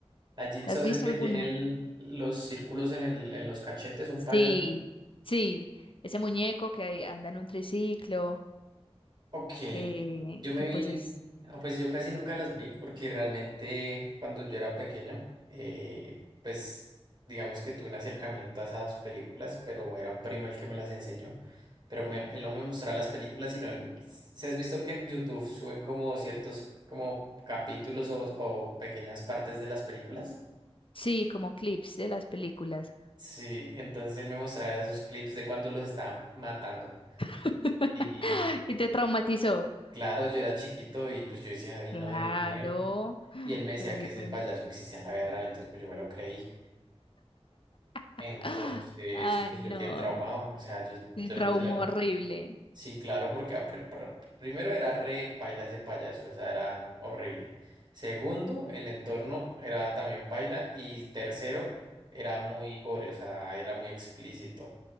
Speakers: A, on the right; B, on the left.
A: Ajitsu
B: ¿Te has
A: es
B: visto
A: el que
B: alguna?
A: tiene el- los círculos en, el, en los cachetes, un
B: Sí,
A: payaso.
B: sí, ese muñeco que anda en un triciclo,
A: Ok,
B: que,
A: yo me
B: que
A: vi,
B: pues es,
A: ah, pues yo casi nunca las vi porque realmente cuando yo era pequeño, eh, pues digamos que tuve un acercamiento a esas películas, pero era un primo el que me las enseñó, pero me- él no me mostraba las películas, sino él, si has visto que en YouTube suben como ciertos como capítulos o, o pequeñas partes de las películas.
B: sí, como clips de las películas.
A: Sí, entonces él me mostraba esos clips de cuando los estaban matando.
B: <laughs>
A: Y
B: Y te traumatizó.
A: claro, yo era chiquito y pues yo decía, ay
B: Claro,
A: no, Dios mío. Y él me decía
B: pero ese
A: que ese
B: primo.
A: payaso existía en la guerra, entonces pues yo me lo creí.
B: <gasps>
A: Entonces,
B: ¡Ah! Ay,
A: pues
B: no,
A: yo quedé traumado. O sea, yo,
B: te
A: yo
B: traumó
A: literal.
B: horrible.
A: Sí, claro, porque apr- pr- primero era re paila ese payaso, o sea, era horrible. Segundo, el entorno era también paila. Y tercero, era muy gore, o sea, era muy explícito.